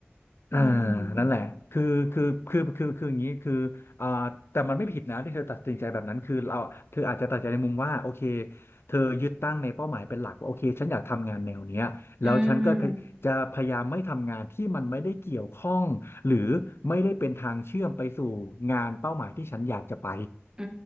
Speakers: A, on the left (about 65°); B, on the right (about 20°).
A: อ่า
B: อืม
A: นั่นแหละคือคือคือคือคืออย่างนี้คืออ่าแต่มันไม่ผิดนะที่เธอตัดสินใจแบบนั้นคือเราเธออาจจะตัดใจในมุมว่าโอเคเธอยึดตั้งในเป้าหมายเป็นหลักว่าโอเคฉันอยากทำงานแนวเนี้ยแล้วฉันก็พยจะพยายามไม่ทำงานที่มันไม่ได้เกี่ยวข้องหรือ
B: อืม
A: ไม่ได้เป็นทางเชื่อมไปสู่งานเป้าหมายที่ฉันอยากจะไป
B: อื